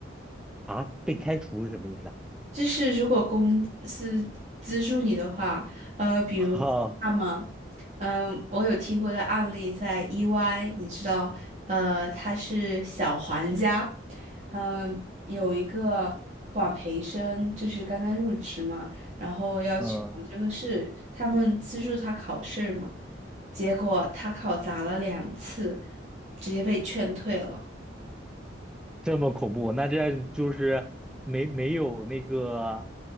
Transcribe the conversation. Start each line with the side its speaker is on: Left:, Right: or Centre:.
Centre: 啊，被开除是什么意思啊？
Right: 就是如果公司资助你的话，呃，比如那么，
Centre: <laughs> 哦，
Right: 嗯、我有听过一个案例，在 EY，你知道，呃，他是小黄家，嗯、有一个管培生，就是刚刚入职嘛，然后要去考这个试，
Centre: 嗯
Right: 他们资助他考试嘛，结果他考砸了两次，直接被劝退了。
Centre: 这么恐怖，那这就是没没有那个，